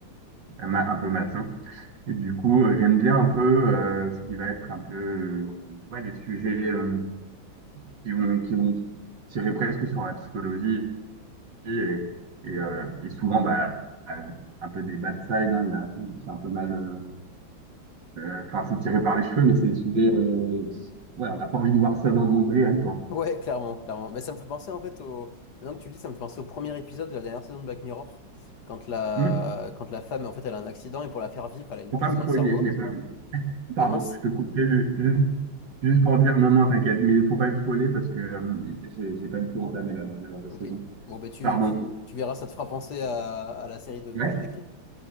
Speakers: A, on the right; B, on the left.
A: un, ma- un peu maçon. Et du coup, euh, j'aime bien un peu euh, ce qui va être un peu euh, ouais, des sujets euh, qui vont, qui vont tirer presque sur la psychologie et, et, euh, et souvent bah, euh, un peu des bad sides. hein, il y a- c'est un peu mal. euh, euh, Enfin, c'est tiré par les cheveux, mais c'est des sujets. euh, ouais, on n'a pas envie de voir ça dans le monde réel, quoi.
B: ouais, clairement, clairement. Mais ça me fait penser en fait au. Maintenant que tu le dis, ça me fait penser au premier épisode de la dernière saison de Black Mirror, quand la,
A: Hum,
B: quand la femme en fait elle a un accident et pour la faire vivre, elle a une
A: faut
B: puce
A: pas me
B: dans
A: spoiler,
B: le cerveau.
A: je l'ai pas vu. Pardon,
B: Ah mince,
A: je te coupais ju- ju- juste, pour dire non, non, t'inquiète, mais faut pas me spoiler parce que euh, j'ai j'ai pas du tout entamé la dernière
B: ok.
A: saison.
B: Bon bah tu,
A: Pardon.
B: tu, tu verras, ça te fera penser à, à la série de
A: <laughs>
B: que j'ai décrit.